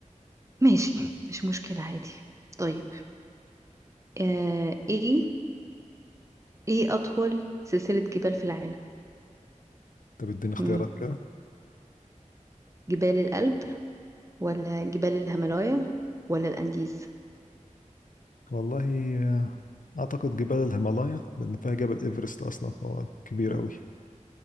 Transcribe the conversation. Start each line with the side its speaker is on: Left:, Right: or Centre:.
Right: ماشي مش مشكلة عادي طيب آه ايه ايه اطول سلسلة جبال في العالم
Left: طب اديني اختيارات
Right: مم.
Left: كده.
Right: جبال الألب ولا جبال الهيمالايا ولا الأنديز
Left: والله آه، أعتقد جبال الهيمالايا لأن فيها جبل إيفرست أصلا فهو كبير أوي